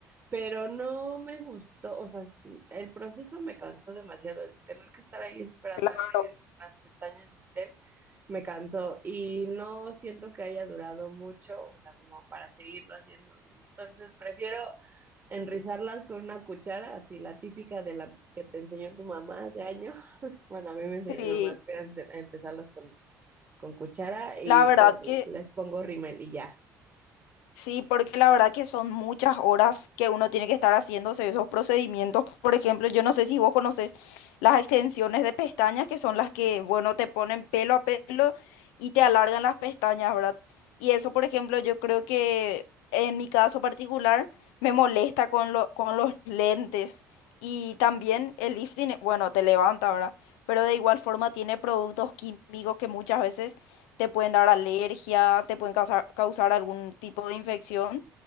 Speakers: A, on the right (about 25°); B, on the left (about 60°).
A: pero no me gustó, o sea, el proceso me cansó demasiado, el tener que estar ahí esperando
B: claro,
A: a que las pestañas estén, me cansó y no siento que haya durado mucho, o sea, como para seguirlo haciendo. Entonces prefiero enrizarlas con una cuchara, así la típica de la que te enseñó tu mamá hace años. <laughs> Bueno, a mí me enseñó
B: sí.
A: mi mamá que era ense- enrizarlas con con cuchara y
B: La verdad
A: con cu-
B: que
A: les pongo rímel y ya.
B: Sí, porque la verdad que son muchas horas que uno tiene que estar haciéndose esos procedimientos. Por ejemplo, yo no sé si vos conoces las extensiones de pestañas, que son las que, bueno, te ponen pelo a pelo y te alargan las pestañas, ¿verdad? Y eso, por ejemplo, yo creo que en mi caso particular me molesta con lo- con los lentes. Y también el lifting, bueno, te levanta, ¿verdad? Pero de igual forma tiene productos químicos que muchas veces te pueden dar alergia, te pueden causar, causar algún tipo de infección.